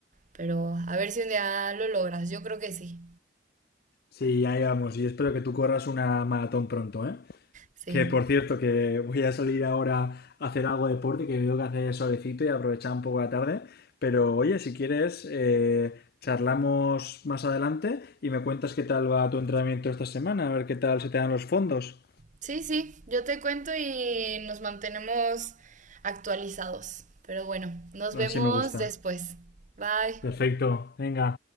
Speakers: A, on the right; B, on the left.
A: Pero a ver si un día lo logras, yo creo que sí.
B: Sí, ahí vamos. Y espero que tú corras una maratón pronto, ¿eh?
A: Sí,
B: Que por cierto, que voy a salir ahora a hacer algo de deporte, que veo que hace solecito y aprovechar un poco la tarde. Pero oye, si quieres, eh, charlamos más adelante y me cuentas qué tal va tu entrenamiento esta semana, a ver qué tal se te dan los fondos.
A: sí, sí, yo te cuento y nos mantenemos actualizados. Pero bueno, nos vemos
B: Así me gusta.
A: después. Bye.
B: Perfecto, venga.